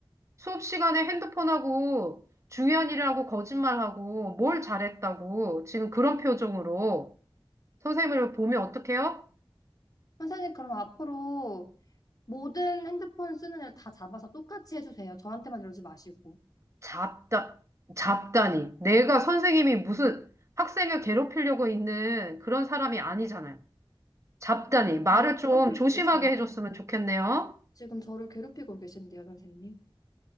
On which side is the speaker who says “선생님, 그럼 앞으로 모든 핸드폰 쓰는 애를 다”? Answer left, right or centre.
Left